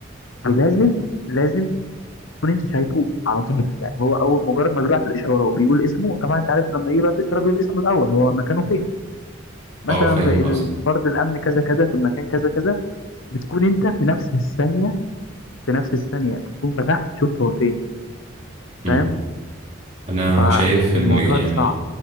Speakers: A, on the left (about 70°); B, on the right (about 30°).
A: ولازم لازم تكون انت شايفه على طول يعني هو اول مجرد ما بيبعت الاشاره وبيقول اسمه طبعا انت عارف لما يبعت الاشاره بيقول اسمه الاول هو مكانه فين مثلا
B: اه فاهم
A: الفرد
B: قصدك
A: الامن كذا كذا في المكان كذا كذا بتكون انت في نفس الثانيه في نفس الثانية تكون فتحت شفت هو فين
B: مم.
A: فاهم
B: انا
A: فالموضوع
B: شايف ان يعني
A: ده صعب